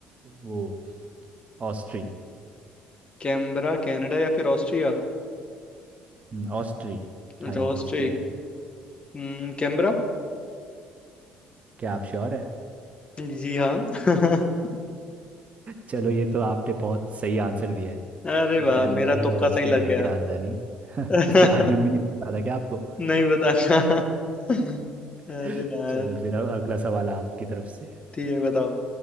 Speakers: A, on the right; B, on the left.
A: वो ऑस्ट्री
B: कैनबरा कनाडा या फिर ऑस्ट्रिया
A: हम्म, ऑस्ट्री
B: अच्छा
A: खाली
B: ऑस्ट्री
A: ऑस्ट्रियन
B: हम्म कैनबरा
A: क्या आप श्योर है
B: जी हाँ <laughs>
A: चलो ये तो आपने बहुत सही आंसर दिया है
B: अरे
A: तो
B: वाह
A: कैनबरा
B: मेरा
A: ही
B: तुक्का
A: है ऑस्ट्रेलिया
B: सही लग गया
A: की राजधानी <laughs>
B: <laughs>
A: इसके बारे में भी नहीं पता था क्या आपको
B: नहीं बताना <laughs> अरे
A: <laughs>
B: यार
A: चलो फिर अब अगला सवाल आपकी तरफ से
B: ठीक है बताओ